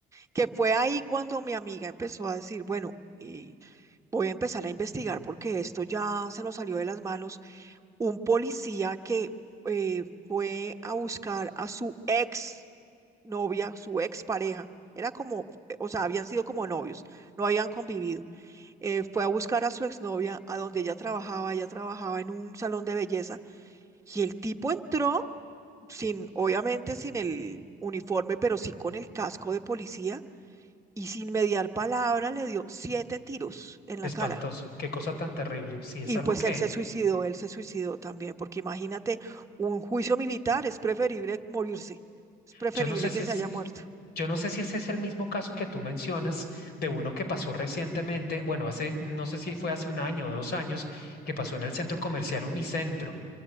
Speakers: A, on the right (about 15°); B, on the left (about 70°).
A: que fue ahí cuando mi amiga empezó a decir, bueno, y voy a empezar a investigar porque esto ya se nos salió de las manos. Un policía que eh, fue a buscar a su ex novia, su ex pareja. Era como, eh, o sea, habían sido como novios, no habían convivido. Eh, fue a buscar a su exnovia a donde ella trabajaba, ella trabajaba en un salón de belleza y el tipo entró sin, obviamente sin el uniforme, pero sí con el casco de policía y sin mediar palabra le dio siete tiros en
B: Espantoso,
A: la cara.
B: qué cosa tan terrible. Sí, es
A: Y
B: algo
A: pues
B: que,
A: él se suicidó, él se suicidó también, porque imagínate, un juicio militar es preferible morirse, es preferible
B: Yo no sé si
A: que
B: es,
A: se haya
B: eh,
A: muerto.
B: yo no sé si ese es el mismo caso que tú mencionas de uno que pasó recientemente, bueno, hace, no sé si fue hace un año o dos años, que pasó en el centro comercial Unicentro